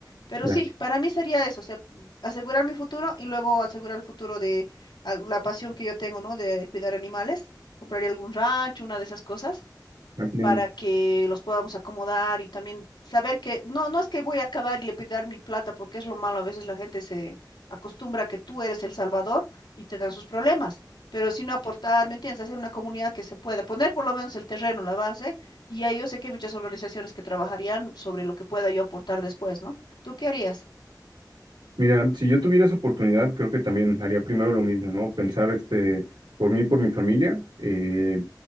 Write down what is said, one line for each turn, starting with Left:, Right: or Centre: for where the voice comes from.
Left: Pero
Right: Ya,
Left: sí, para mí sería eso, o sea, asegurar mi futuro y luego asegurar el futuro de a- la pasión que yo tengo, ¿no? De cuidar animales. Compraría algún rancho, una de esas cosas,
Right: ah, qué lindo.
Left: para que los podamos acomodar y también saber que no, no es que voy a acabar y le pedir mi plata, porque es lo malo, a veces la gente se acostumbra a que tú eres el salvador y te dan sus problemas, pero si no aportar, ¿me entiendes? Hacer una comunidad que se pueda, poner por lo menos el terreno, la base, y ahí yo sé que hay muchas organizaciones que trabajarían sobre lo que pueda yo aportar después, ¿no? ¿Tú qué harías?
Right: Mira, si yo tuviera esa oportunidad, creo que también haría primero lo mismo, ¿no? Pensar, este, por mí y por mi familia, eh,